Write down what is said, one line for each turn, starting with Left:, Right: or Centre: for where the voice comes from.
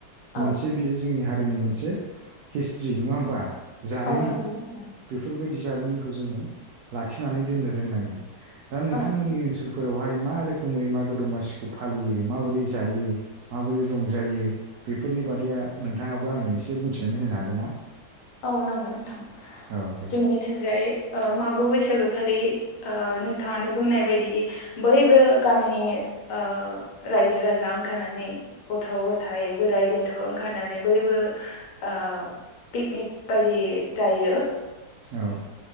Right: मोनसे
Left: औ
Right: बियो जोंनि हारि ओरैनो मोनसे हिस्ट्रि नङा होमबा जारिमिन
Left: औ नंगौ नोंथां
Right: बेफोरबायदि जारिमिनखौ जोङो लाखिनानै दोननो रोंनांगोन दा नोंथांमोननि
Left: औ
Right: ओन्सोल फोरावहाय मा रोखोमै मागो दमासिखौ फालियो माबोरै जायो माबोरै रंजायो बेफोरनि बादैया नोंथाङाबो आंनो एसे बुंथिनानै होनो हागोन ना?
Left: औ नंगौ नोंथां
Right: औ दे
Left: जोंनिथिंजाय ओ मागो बैसागो खालि ओ नोंथाङानो बुंनाय बायदि बयबो गामिनि ओ राज्यो राजा ओंखारनानै गथ' गथाय बोराय बेन्थ' ओंखारनानै बयबो ओ ओ पिकनिक बायदि जायो।
Right: औ